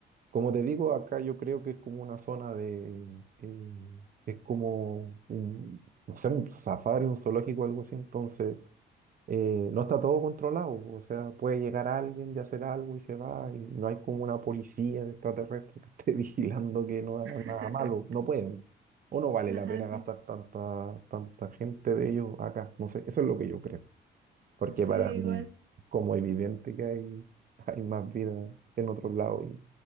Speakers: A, on the right; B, on the right.
A: Como te digo, acá yo creo que es como una zona de... eh, es como un, no sé, un safari, un zoológico, algo así. Entonces, eh, no está todo controlado. O sea, puede llegar alguien y hacer algo y se va. Y no hay como una policía extraterrestre que esté <laughs> vigilando que no hagan
B: <laughs>
A: nada malo. No pueden. O no vale
B: Ajá,
A: la pena gastar
B: sí.
A: tanta, tanta gente de ellos acá. No sé, eso es lo que yo creo porque
B: Sí,
A: para mí
B: igual.
A: es como evidente que hay, <laughs> hay más vida en otros lados y